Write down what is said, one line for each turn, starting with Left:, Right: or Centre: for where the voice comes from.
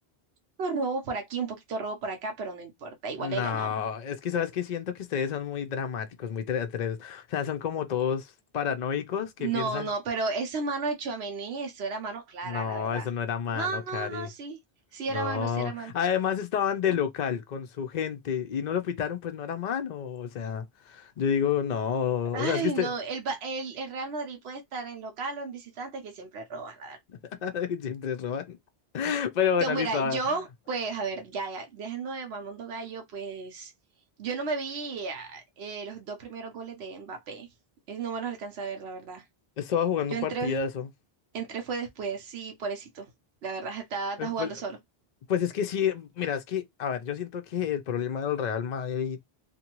Right: Pues, Robo por aquí, un poquito robo por acá, pero no importa, igual
Left: No,
Right: le ganamos.
Left: es que sabes que siento que ustedes son muy dramáticos, muy tre- tres- O sea, son como todos paranoicos que
Right: No,
Left: piensan,
Right: no, pero esa mano de Tchouaméni, eso era mano clara,
Left: no,
Right: la verdad.
Left: eso no era mano,
Right: No, no,
Left: Cari.
Right: no, sí, sí
Left: No.
Right: era mano, sí era mano.
Left: Además estaban de local con su gente y no lo pitaron, pues no era mano. O sea, yo digo, no.
Right: Ay,
Left: O sea, es que usted
Right: no, el, Ba- el, el Real Madrid puede estar en local o en visitante, que siempre roban, la verdad.
Left: <laughs> siempre roban. <laughs> Pero bueno,
Right: Que mira,
Left: listo.
Right: yo,
Left: ah,
Right: pues, a ver, ya, ya, dejando de mamando gallo, pues, yo no me vi ah, eh, los dos primeros goles de Mbappé. Es, no me los alcanza a ver, la verdad.
Left: Estaba jugando
Right: Yo
Left: un
Right: entré,
Left: partidazo.
Right: entré fue después, sí, pobrecito. La verdad, está, está
Left: Eh,
Right: jugando
Left: Pues,
Right: solo.
Left: pues es que sí, mira, es que, a ver, yo siento que el problema del Real Madrid.